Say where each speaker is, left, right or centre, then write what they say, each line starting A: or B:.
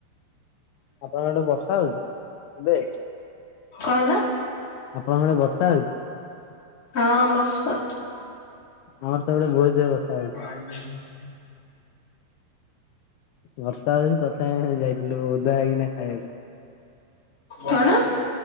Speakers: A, on the left; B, on the left.
A: ଆପଣଙ୍କ ଆଡେ ବର୍ଷା ହଉଛି ଏବେ?
B: କଣ ହେଲା
A: ଆପଣଙ୍କ ଆଡେ ବର୍ଷା ହଉଛି?
B: ହଁ ବର୍ଷା ହଉଚି।
A: ଆମର ତ ଇଆଡେ ବହୁତ ଜୋରରେ ବର୍ଷା ହଉଛି।
B: <unintelligible>
A: ବର୍ଷା ହଉଛି ତଥାପି ଆମେ ଯାଇଥିଲୁ ଓଦା ହେଇକିନା ଖାଇବାକୁ।
B: କଣ?